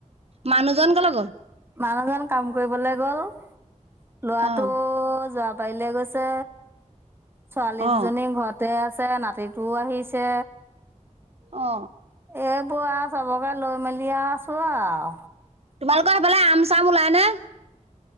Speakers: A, on the right; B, on the right.
A: মানুহজন কলৈ গ'ল?
B: মানুহজন কাম কৰিবলৈ গ'ল, লৰাটো
A: অ
B: যোৱা পাৰিলে গৈছে, ছোৱালী
A: অ
B: দুজনী ঘৰতে আছে আছে নাতিটো আহিছে।
A: অ
B: এইবোৰ আৰু চবকে লৈ মেলি আছো আও।
A: তোমালোকৰ সেইফালে আম চাম ওলাই নে?